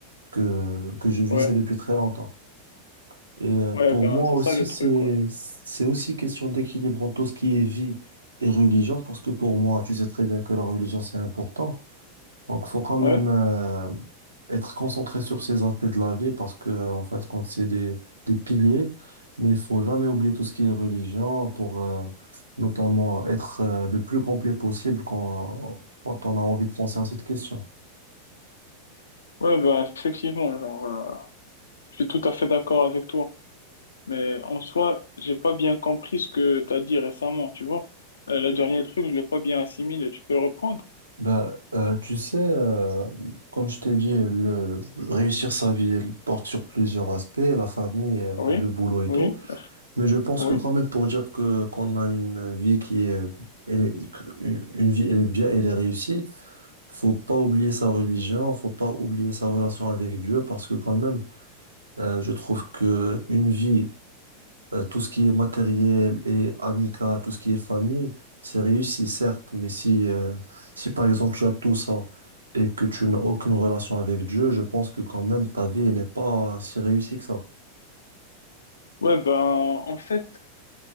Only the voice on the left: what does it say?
ouais,
ouais,
ben,
c'est
ça le
truc, ouais.
Ouais,
ouais, ben, effectivement, genre, euh, je suis tout à fait d'accord avec toi. Mais en soi, j'ai pas bien compris ce que t'as dit récemment, tu vois. Euh, la dernière truc, je l'ai pas bien assimilé. Tu peux le reprendre?
Oui,
oui,
oui.
Ouais, ben, en fait,